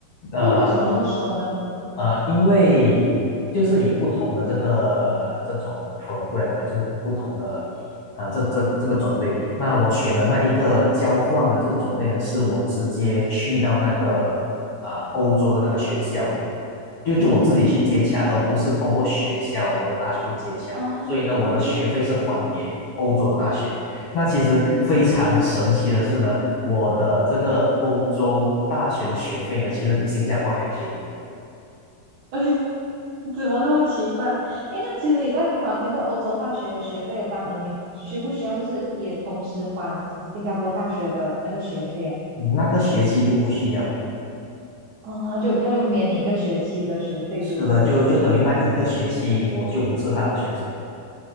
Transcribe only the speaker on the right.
为为什么这么说呢？
那
嗯，
哦，
哎，怎么那么奇怪？哎，那其实你在还那个欧洲大学的学费的当额，你需不需要就是也同时还新加坡大学的那个学费啊？
哦，他就他就免你一个学期的学费，
是不是？